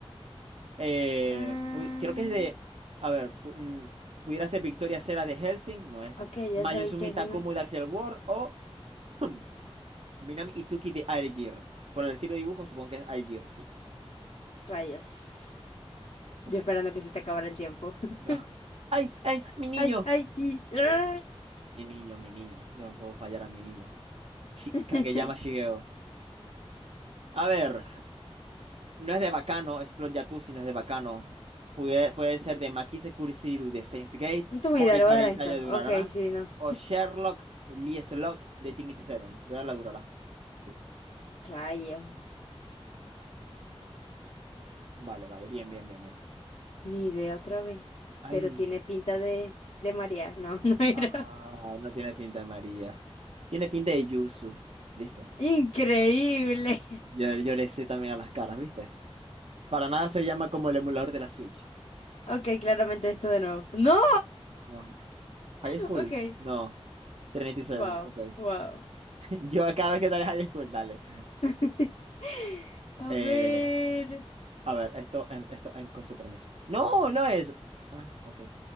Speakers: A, on the right; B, on the left.
A: Eh,
B: Ah,
A: pu- creo que es de. A ver, pu- mm, pudiera ser Victoria Cera de Helsing. No es.
B: ok,
A: Mayuzumi
B: ya sabéis que es
A: Takumu
B: no.
A: de Axel World o. <clears throat> Minami Itsuki de Aegir. Por el estilo de dibujo, supongo que es Aegir, sí.
B: Rayos.
A: Ok,
B: Yo esperando que se te acabara el tiempo. <laughs>
A: no. ¡Ay, ay, mi niño!
B: ¡Ay, ay! Y... ¡Ah!
A: Mi niño, mi niño. Yo no puedo fallar a mi niño. Shi-
B: <laughs>
A: Kageyama Shigeo. A ver, no es de Bacano, Explode Jacuzzi no es de Bacano. Pude- puede ser de Makise Kurisiru de Steins Gate,
B: No tengo
A: Orihara
B: idea, le voy a dar
A: Isaya
B: a esto.
A: de Urarara,
B: Ok, sí, no.
A: o Sherlock Lee Slot de Trinity Seven. Voy a darle a Durarara. Sí,
B: Rayos.
A: vale, vale, bien, bien, bien, bien.
B: Ni idea otra vez.
A: Ay,
B: Pero tiene pinta de, de María. No, <laughs> no era.
A: ah, no tiene pinta de María. Tiene pinta de Yuzu. ¿Viste?
B: Increíble.
A: Yo, yo le sé también a las caras, ¿viste? Para nada se llama como el emulador de la Switch.
B: Ok, claramente esto de nuevo. ¡No!
A: No.
B: <laughs>
A: High School.
B: Ok.
A: No. Trinity Seven,
B: Wow,
A: ok.
B: wow.
A: <laughs> Yo cada vez que dale High School, dale.
B: <laughs> A
A: Eh,
B: ver.
A: a ver, esto, em, esto em, con su permiso. No, no es. Ah, ok.